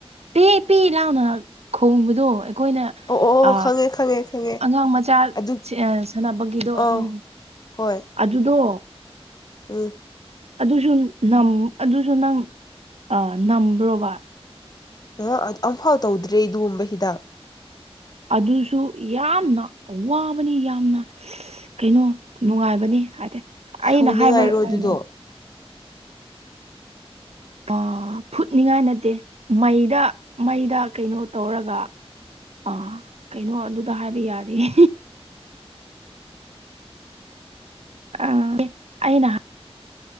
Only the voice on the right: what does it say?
ꯄꯦ ꯄꯦ ꯂꯥꯎꯅ ꯈꯣꯡꯕꯗꯣ ꯑꯩꯈꯣꯏꯅ
ꯑ
ꯑꯉꯥꯡ ꯃꯆꯥ
ꯁꯥꯟꯅꯕꯒꯤꯗꯣ
ꯎꯝ
ꯑꯗꯨꯗꯣ
ꯑꯗꯨꯁꯨ ꯑꯗꯨꯁꯨ ꯅꯪ ꯅꯝꯕ꯭ꯔꯣꯕ
ꯑꯗꯨꯁꯨ ꯌꯥꯝꯅ ꯑꯋꯥꯕꯅꯤ ꯌꯥꯝꯅ ꯑ ꯀꯩꯅꯣ ꯅꯨꯡꯉꯥꯏꯕꯅꯤ ꯍꯥꯏꯗꯤ ꯑꯩꯅ
ꯍꯥꯏꯕ
ꯎ ꯑ ꯐꯨꯠꯅꯤꯡꯉꯥꯏ ꯅꯠꯇꯦ ꯃꯩꯗ ꯃꯩꯗ ꯀꯩꯅꯣ ꯇꯧꯔꯒ ꯑꯥ ꯀꯩꯅꯣ ꯑꯗꯨꯗ ꯍꯥꯏꯕ ꯌꯥꯔꯤꯌꯦ ꯑ ꯑꯅ